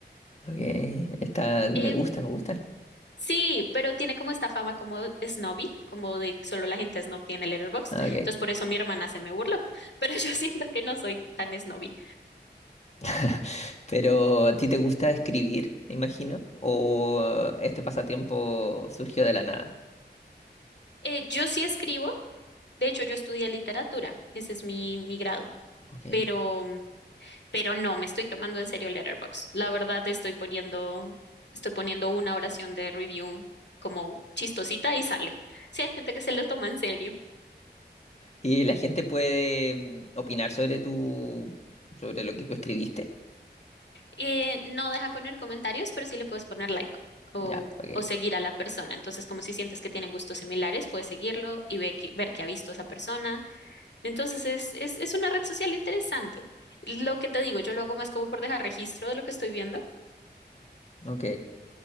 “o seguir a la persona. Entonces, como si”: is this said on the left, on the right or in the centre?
Left